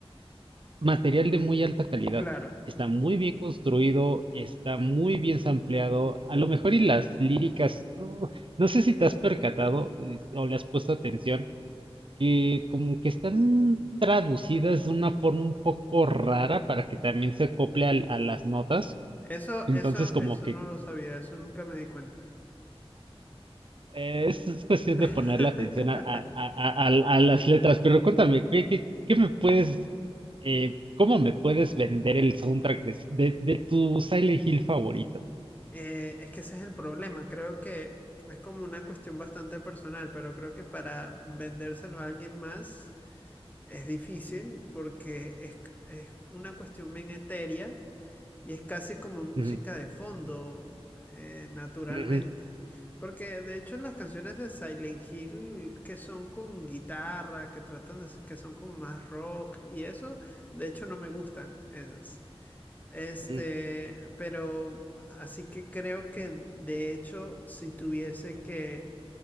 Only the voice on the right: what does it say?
Material de muy alta calidad.
Está muy bien construido, está muy bien sampleado. A lo mejor y las líricas, uh, no sé si te has percatado eh, o le has puesto atención, que como que están traducidas de una forma un poco rara para que también se acople al- a, las notas.
Entonces
como
que
Eh, Es, es cuestión
de ponerle atención a, a- a- a- a las letras, pero cuéntame, ¿qué, qué- qué me puedes, eh, cómo me puedes vender el soundtrack de, de- de tu Silent Hill favorito?
Ujú,
ujú,
ujú,